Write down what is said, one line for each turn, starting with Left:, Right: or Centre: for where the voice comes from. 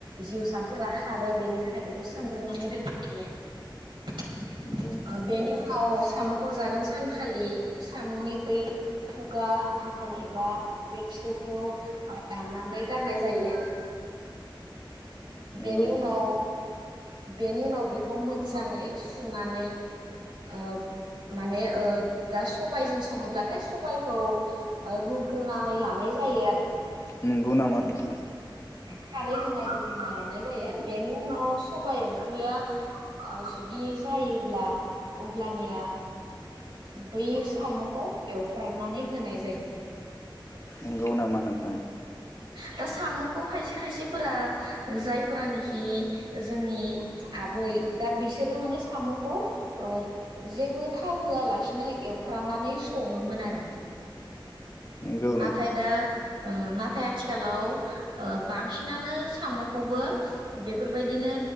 Right: जिउसाफोरा खारो बेनि थाखाय बेखौ सोमग्रोनानै दोनो। <inaudible> आ
Left: नंगौ
Right: बेनो उनाव साम'खौ जागोन सानखालि साम'नि बै खुगा थाखोन एबा बे खिथुखौ दाननानै गारनाय जायो।
Left: नंगौ
Right: बेनि
Left: नोंथां
Right: उनाव बेनि उनाव बेखौ मोजाङै सुनानै ओ माने ओ दा सबाइजों सङोब्लाथाय सबाइखौ ओ रुग्रोनानै लानाय जायो आरो
Left: नोंगौ नामा नोंथां?
Right: खारै होना रुग्रोना लानाय जायो। बेनि उनाव सबाइ ओंख्रिया ओ जुदि जायोब्ला अब्लानिया बै साम'खौ एवफ्राननानै होनाय जायो।
Left: नोंगौ नामा नोंथां?
Right: दा साम'खौ खायसे खायसेफोरा जायफोरानिखि जोंनि आबै दा बिसोरो माने साम'खौ ओ जेबो थाव होआलासिनो एवफ्रामनानै सङोमोन आरो
Left: नंगौ
Right: नाथाय
Left: नोंथां
Right: दा ओ नाथाय आथिखालाव ओ बांसिनानो साम'खौबो बेफोरबायदिनो